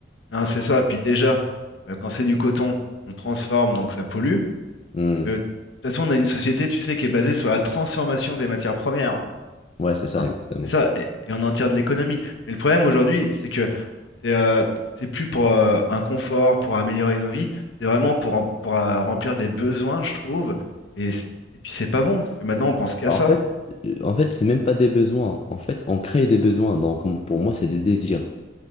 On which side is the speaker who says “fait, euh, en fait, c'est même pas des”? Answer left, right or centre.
Left